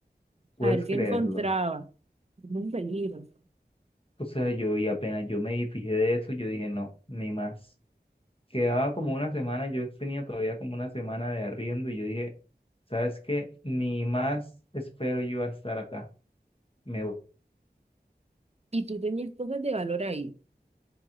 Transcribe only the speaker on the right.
a ver qué
encontraba. Es un peligro.
Y tú tenías cosas de valor ahí.